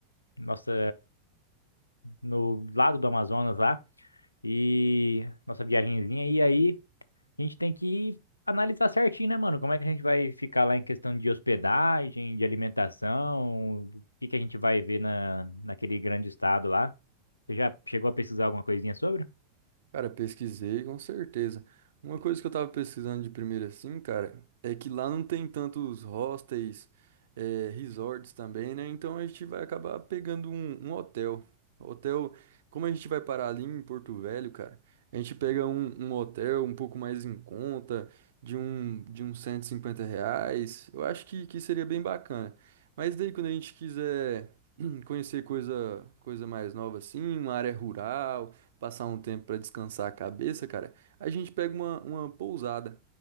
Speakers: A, on the left (about 80°); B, on the right (about 60°).
A: nossa, no lado do Amazonas lá, e nossa viagenzinha. E aí A gente tem que analisar certinho, né, mano? Como é que a gente vai ficar lá em questão de hospedagem, de alimentação, o que que a gente vai ver na, naquele grande estado lá? Você já chegou a pesquisar alguma coisinha sobre?
B: Cara, pesquisei com certeza. Uma coisa que eu tava pesquisando de primeira assim, cara, é que lá não tem tantos hostels, eh, resorts também, né? Então a gente vai acabar pegando um, um hotel. Hotel, como a gente vai parar ali em Porto Velho, cara, a gente pega um, um hotel um pouco mais em conta, de um, de uns 150 reais. Eu acho que, que seria bem bacana. Mas daí quando a gente quiser <clears throat> conhecer coisa, coisa mais nova assim, uma área rural passar um tempo para descansar a cabeça, cara, a gente pega uma, uma pousada